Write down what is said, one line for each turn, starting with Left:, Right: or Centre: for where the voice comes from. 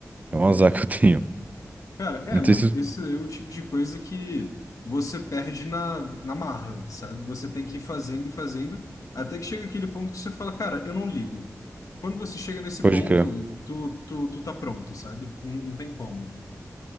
Left: entendi.
Right: É um azar que eu tenho.
Left: Cara, é,
Right: Não
Left: mano,
Right: sei se
Left: esse é o tipo de coisa que você perde na, na marra, sabe? Você tem que ir fazendo e fazendo, até que chega aquele ponto que você fala, cara, eu não ligo. Quando você chega nesse
Right: pode
Left: ponto,
Right: crer.
Left: tu, tu, tu tá pronto, sabe? Não, não tem como.